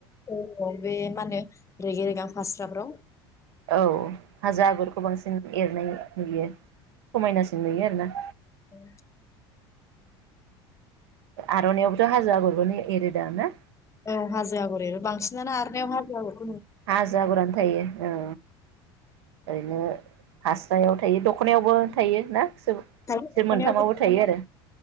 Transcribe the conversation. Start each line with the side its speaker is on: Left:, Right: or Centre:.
Left: औ औ बे मानो रेगे रेगां फास्राफ्राव
Right: औ हाजो आगरखौ बांसिन एरनाय नुयो। समायनासिन नुयो आरो ना।
Left: <inaudible>
Right: आर'नाइ आवबोथ' हाजो आगरखौनो एरोदा ना?
Left: औ हाजो आगर एरो बांसिनानो आरनायाव हाजोआगरखौ
Right: हाजो आगरानो थायो औ। ओरैनो फास्रायाव थायो दख'नायावबो थायो ना? <unintelligible>
Left: दायो दख'नायावबो
Right: मोनथामावबो थायो आरो